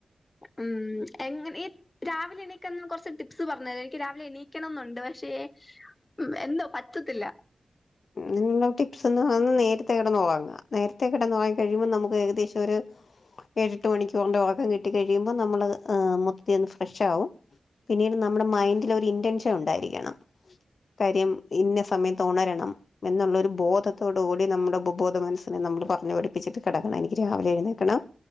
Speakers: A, on the left; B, on the left.
A: ഉം എങ്ങന ഇ രാവിലെ എണീക്കാൻ കുറച്ച് ടിപ്സ് പറഞ്ഞരു എനിക്ക് രാവിലെ എണീക്കണംന്നുണ്ട് പക്ഷെ മ്മ് എന്തോ പറ്റത്തില്ല
B: ങ്ങൾ ടിപ്സ് എന്ന് പറഞ്ഞ നേരത്തെ കിടന്നുഉറങ്ങാ നേരത്തെ കിടന്നുഉറങ്ങി കഴിയുമ്പോൾ നമുക്ക് ഏകദേശം ഒരു ഏട്ട് മണിക്കൂന്റെ ഉറകം കിട്ടി കഴിയുമ്പോ നമ്മള് ഉഹ് മൊത്ത ത്തിലിന്ന് ഫ്രഷ ആവും പിന്നീട് നമ്മുടെ മൈൻഡില് ഒരു ഇന്റൻഷൻ ഉണ്ടായിരിക്കണം കാര്യം ഇന്ന സമയത്ത് ഉണരണം എന്നുള്ളൊരു ബോധത്തോടുകൂടി നമ്മുടെ ഉപബോധ മനസ്സിനെ നമ്മൾ പറഞ്ഞു പഠിപ്പിച്ചിട്ട് കിടക്കണം എനിക്ക് രാവിലെ എഴുന്നേക്കണം